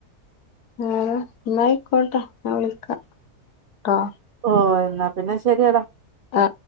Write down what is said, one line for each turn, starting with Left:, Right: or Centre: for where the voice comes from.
Left: ന്ന ആയിക്കോട്ടെ ഞാൻ വിളിക്കാ ട്ടോ
Right: ഓ എന്നാ പിന്നെ ശെരിയെടാ
Left: ആ